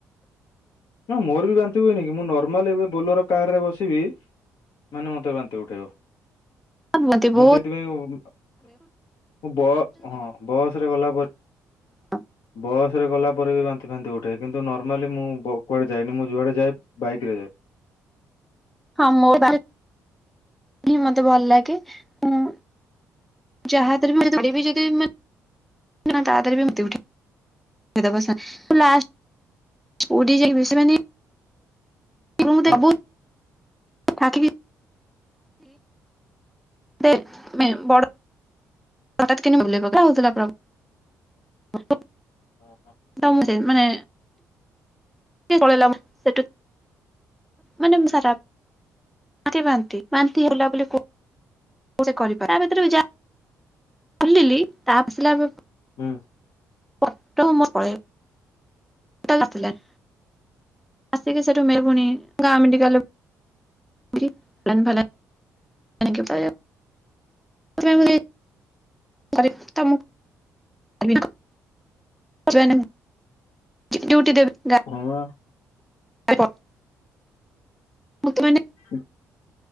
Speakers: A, on the left; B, in the centre.
A: ନା ମୋର ବି ବାନ୍ତି ହୁଏନି କି ମୁଁ ନର୍ମାଲ ଏବେ ବୋଲୋର କାର ରେ ବସିବି ମାନେ ମତେ ବାନ୍ତି ଉଠେଇବ।
B: ମତେ ବହୁତ
A: ମୁଁ ସେଇଥି ପାଇଁ ମୁ ବ ହଁ ବସ ରେ ଗଲା ପରେ
B: ଅଁ।
A: ବସ ରେ ଗଲା ପରେ ବି ବାନ୍ତି ଫାନ୍ତି ଉଠେ କିନ୍ତୁ ନର୍ମାଲି ମୁଁ କୁଆଡେ ଯାଇନି ମୁଁ ଯୁଆଡେ ଯାଏ ବାଇକିରେ ଯାଏ।
B: ହଁ ମୋ ବାଟେ ଲି ମତେ ଭଲ ଲାଗେ ଉଁ ଯାହା ହାତରେ ବି ଦେବି ଯଦି ମା ନା ତାଥିରେ ବି ମୁତି ଉଠେ ଦେବସା ଲାଷ୍ଟ ଉଡି ଯାଇ ବିଶ୍ରା ନିଏ। ବହୁତ୍
A: ହଁ।
B: ହେଲା ବହୁତ୍। ଠାକିବି। ଦେ ମେ ବଡ। ହଠାତ୍ କିନି ଭୁଲ୍‌ରେ ପକା ହେଉଥିଲା ପ୍ରଭୂ। <unintelligible>
A: ହୁଁ ହୁଁ।
B: ତ ସେ ମାନେ ପଳେଇ ସେଠୁ ମାନେ ମୁ ସାର୍ ଆପ୍ ବାନ୍ତି ବାନ୍ତି ହେଲା ବୋଲି କୋ ସେ କରିପାରେ ଭିତରକୁ ଯା ବୁଲିଲି ତାପ ଆସିଲା ବେଳକୁ
A: ହୁଁ।
B: ପଟମ ପଳେଇ ଟୋଟାଲ ଆସିଲାନି ଆସିକି ସେଠୁ ମେ ପୁଣି ଗାଁ ମେଡିକାଲ <unintelligible> <unintelligible> <unintelligible>
A: ହଁ।
B: <unintelligible> <unintelligible>
A: <unintelligible>